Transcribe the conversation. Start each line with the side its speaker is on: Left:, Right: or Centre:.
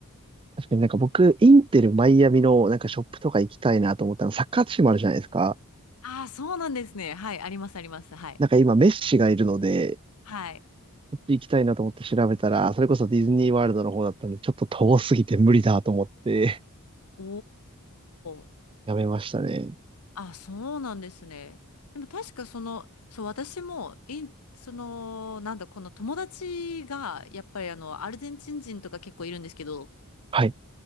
Right: 確かになんか僕、インテルマイアミのなんかショップとか行きたいなと思ったの、サッカーチームあるじゃないですか。
Left: ああ、そうなんですね。はい、あります、あります。はい。
Right: なんか今メッシがいるので、
Left: はい。
Right: ちょっと行きたいなと思って調べたら、それこそディズニーワールドの方だったんで、ちょっと遠すぎて無理だと思って、
Left: おー。
Right: やめましたね。
Left: あ、そうなんですね。でも確かその、そう、私も、インその、なんだ、この友達が、やっぱりあの、アルゼンチン人とか結構いるんですけど、
Right: はい。